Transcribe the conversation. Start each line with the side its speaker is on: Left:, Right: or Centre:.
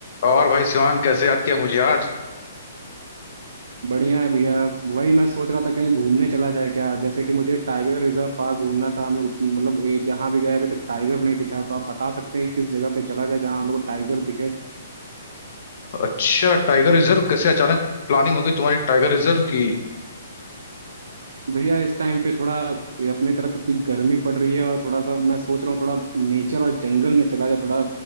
Left: और भाई शिवांग कैसे याद किया मुझे आज
Right: बढ़िया है भैया वही मैं सोच रहा था कहीं घूमने चला जाए क्या जैसे कि मुझे टाइगर रिजर्व पार्क घूमना था हम लोग मतलब ये जहाँ भी गए अभी तक टाइगर नहीं दिखा तो आप बता सकते हैं कि किस जगह पे चला जाए जहाँ हम लोग को टाइगर दिखे
Left: अच्छा टाइगर रिजर्व कैसे अचानक प्लानिंग होगी तुम्हारी टाइगर रिजर्व की
Right: भैया इस टाइम पे थोड़ा ये अपने तरफ इतनी गर्मी पड़ रही है और थोड़ा सा मैं सोच रहा हूँ थोड़ा नेचर और जंगल में चला जाए थोड़ा